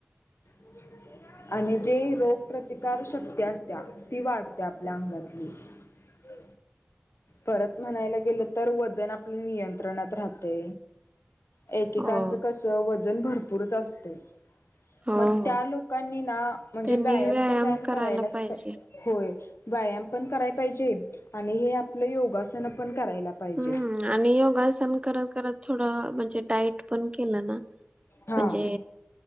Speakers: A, on the left (about 85°); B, on the right (about 30°).
A: अ्ा आणि जी रोग प्र्रतिकार शक्ती असत्या ती वाढते आपल्या अंगातली हो परत म्हणायला गेलं तर वजन आपलं नियंत्रणात राहते एकेकांचं
B: हो हो
A: कसं वजन भरपूरच असते
B: हो
A: मग त्या लोकांनी ना म्हणजे
B: त्यांनी
A: व्यायाम तर व्यायाम
B: करायला
A: करायलाच
B: पाहिजे.
A: पाहि होय व्यायाम पण करायला पाहिजे आणि हे आपलं योगासन पण करायला पाहिजे
B: हम्म आणि योगासन करत करत थोडं म्हणजे डाईट पण केलं ना
A: हा
B: म्हणजे